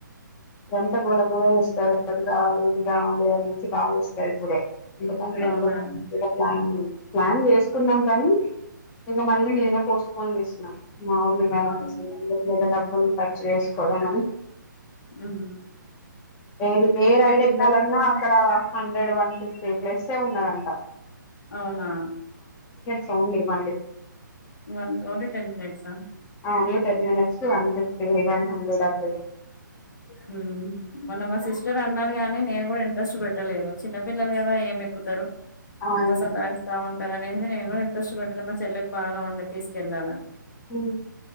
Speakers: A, on the left; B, on the left.
A: ఎంత గోళ గోల చేస్తారు అది కావాలి ఇది కావాలి అది మంచిగా కాల్ చేస్తారు ఇప్పుడే ఇంత పనులు
B: అవునా
A: ఎందుక్ పనులకు
B: అండి
A: కూడా ప్లాన్లు ప్లాన్ చేసుకున్నాం కానీ ఇక మళ్ళీ నేనే పోస్ట్ పోన్ చేసిన్నా ఇంగా అవునులే ఇంగా మారం
B: అవును
A: చేస్తూ చెప్పి పిల్లల దగ్గర డబ్ వాళ్లు ఖర్చు వేసుకోవడం అని
B: ఉమ్
A: ఏది ఏ
B: అంటే
A: రైడ్
B: పిల్లలకి
A: ఎక్కాలన్నా అక్కడ రైడ్ వన్ ఫిఫ్టీ ప్లస్సే ఉన్నదం త్తా
B: అవునా
A: సౌండ్లే మల్లే
B: వన్ ఓన్లీ టెన్ మినిట్సా
A: only ten minutes one fifty one హండ్రెడన్
B: హుమ్ మొన్న మా సిస్టర్ అన్నారు గాని నేను గుడా ట్రస్ పెట్టలేదు చిన్న పిల్లలు గదా ఏం ఎక్కుతరు
A: అవును
B: అంత సతాయిస్తావున్ టరనేమి నేను గూడా ఇంట్రెస్ట్ పెట్టలే మా చెల్లెకి బాగా ఉండే తీసుకెళ్ళాలని
A: ఊ